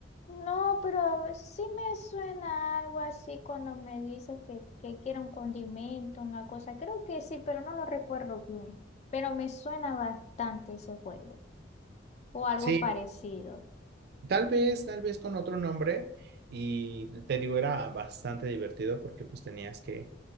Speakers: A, on the left (about 35°); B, on the right (about 60°).
A: No, pero sí me suena algo así cuando me dices que, que quiero un condimento, una cosa. Creo que sí, pero no lo recuerdo bien. Pero me suena bastante ese juego o algo
B: sí
A: parecido.
B: Tal vez, tal vez con otro nombre. Y te digo, era bastante divertido porque pues tenías que